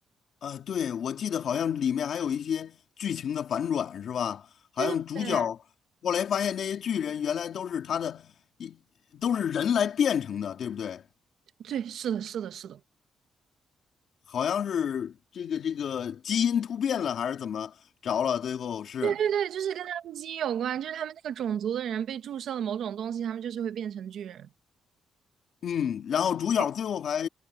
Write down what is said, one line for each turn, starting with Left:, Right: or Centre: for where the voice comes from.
Left: 啊，对，我记得好像里面还有一些剧情的反转，是吧？好像主角
Right: 对对对，
Left: 后来发现那些巨人原来都是他的一都是人来变成的，对不对？
Right: 对，是的，是的，是的。
Left: 好像是这个这个基因突变了还是怎么着了？最后是。
Right: 对对对，就是跟他们基因有关，就是他们那个种族的人被注射了某种东西，他们就是会变成巨人。
Left: 嗯，然后主角最后还
Right: 对，